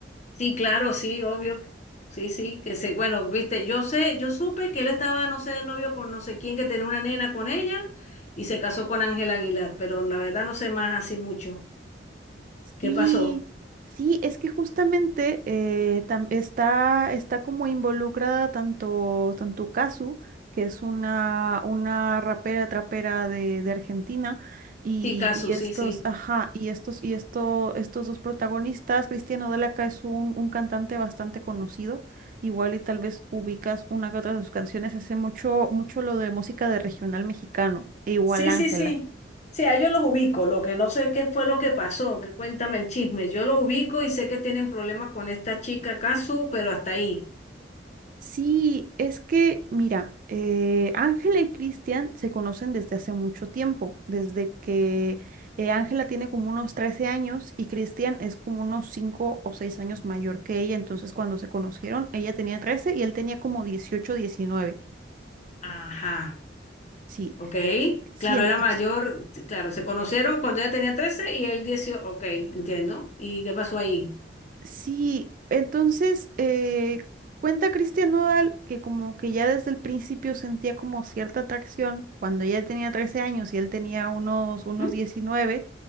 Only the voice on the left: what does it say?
Sí, claro, sí, obvio. Sí, sí, que sí. Bueno, viste, yo sé, yo supe que él estaba, no sé, de novio con no sé quién, que tenía una nena con ella y se casó con Ángel Aguilar, pero la verdad no sé más así mucho. ¿Qué
pasó?
Sí, Casu,
sí, sí.
Sí,
sí, sí. Sí, a ellos los ubico. Lo que no sé es qué fue lo que pasó, que cuéntame el chisme. Yo los ubico y sé que tienen problemas con esta chica Kazu, pero hasta ahí.
Ajá,
ok.
Claro,
era mayor, t- claro, se conocieron cuando ella tenía 13 y él 18, ok, entiendo. ¿Y qué pasó ahí?
¿Mm?